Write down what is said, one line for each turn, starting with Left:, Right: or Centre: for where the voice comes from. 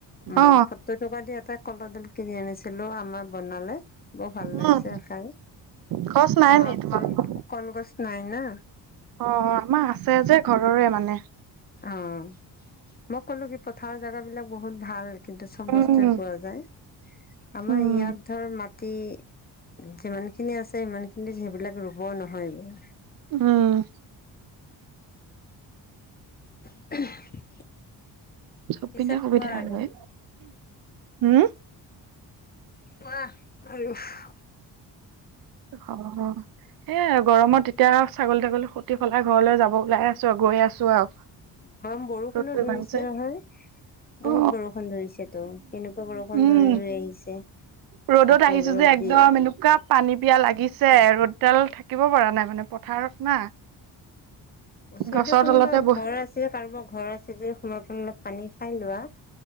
Left: মই
Right: অ
Left: সত্তৰ টকা দি এটা কলডিল কিনি আনিছিলো আমা বনালে, বৰ ভাল
Right: উম
Left: লাগিছে খাই,
Right: খৰচ নাই
Left: আমাৰ
Right: নি তোমালোকৰ
Left: কল কলগছ নাই না।
Right: অ', আমাৰ আছে যে ঘৰৰে মানে।
Left: অ', মই ক'লো কি পথাৰ জেগা বিলাক বহুত ভাল। কিন্তু চব
Right: উম
Left: বস্তুৱে পোৱা যায়, আমাৰ
Right: উম
Left: ইয়াত ধৰ মাটি যিমানখিনি আছে, ইমান খিনি সেইবিলাক ৰুব নহয় গৈ।
Right: উম।
Left: <unintelligible>
Right: চব
Left: পিছত
Right: পিনে সুবিধা
Left: কোৱা আৰু।
Right: হ'য়, হম?
Left: কোৱা <unintelligible>
Right: অ'। হে আৰু গৰমত এতিয়া ছাগলী তাগলী সুতি সলাই ঘৰলৈ যাব ওলাই আছো আৰু গৈ আছো আৰু।
Left: <unintelligible> বৰষুণো
Right: ৰ'দটো ইমানছে
Left: ধৰিছে নহয়। বহুত
Right: অ
Left: বৰষুণ ধৰিছেটো, কেনেকুৱা বৰষুণ
Right: উম
Left: ধৰি- ধৰি আহিছে।
Right: ৰ'দত
Left: আকৌ
Right: আহিছো
Left: ৰ'দ
Right: যে একদম
Left: দিয়ে।
Right: এনেকুৱা পানী পিয়া লাগিছে ৰ'দডাল থাকিব পৰা নাই মানে, পথাৰত না।
Left: ওচৰতে
Right: গছৰ
Left: কোনোবা
Right: তলতে বহ
Left: ঘৰ আছে, কাৰোবাৰ ঘৰ আছে যদি সোমায় পেলাই অলপ পানী খাই লোৱা।